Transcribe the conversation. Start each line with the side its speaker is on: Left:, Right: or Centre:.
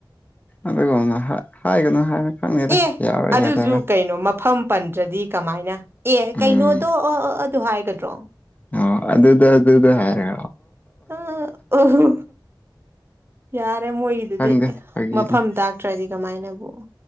Left: ꯑꯗꯨꯒꯨꯝꯅ ꯍꯥꯏꯒꯅꯨ ꯍꯥꯏꯅ ꯈꯪꯉꯦꯗ
Right: ꯑꯦ
Left: ꯌꯥꯎꯔꯣꯏ
Right: ꯑꯗꯨꯁꯨ
Left: ꯌꯥꯗꯕꯔꯥ
Right: ꯀꯩꯅꯣ ꯃꯐꯝ ꯄꯟꯗ꯭ꯔꯗꯤ ꯀꯃꯥꯏꯅ ꯑꯦ
Left: ꯎꯝ
Right: ꯀꯩꯅꯣꯗꯣ ꯑ ꯑ ꯑꯗꯨ ꯍꯥꯏꯒꯗ꯭ꯔꯣ
Left: ꯑ ꯑꯗꯨꯗ ꯑꯗꯨꯗ ꯍꯥꯏꯔꯦ
Right: ꯑ ꯑꯣ ꯌꯥꯔꯦ ꯃꯣꯏꯒꯤꯗꯨꯗꯤ
Left: ꯈꯪꯗꯦ ꯐꯥꯒꯤꯅꯤ
Right: ꯃꯐꯝ ꯇꯥꯛꯇ꯭ꯔꯗꯤ ꯀꯃꯥꯏꯅꯕꯨ